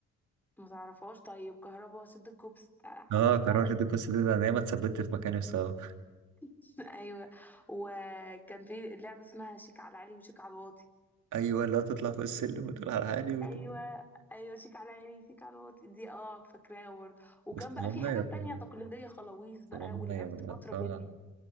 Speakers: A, in the centre; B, on the right.
A: ما تعرفهاش طيب كهربا وسد الكوبس تع- حضرتها
B: اه كراش دي القصة دي ده أنا دايما اتثبت في مكاني بسبب
A: <laughs> ايوه وكان في لعبه اسمها شيك على علي وشيك على الواطي
B: أيوه اللي هو تطلع فوق السلم وتقول على حالي وتقول
A: ايوه ايوه شيك على علي شيك على الواطي دي اه فاكراها برضه وكان
B: بس
A: بقى
B: طبعا
A: في حاجات تانية
B: طبعا
A: تقليديه خلاويص بقى
B: طبعا
A: ولعبت
B: بقى.
A: فتره
B: اه
A: بيلي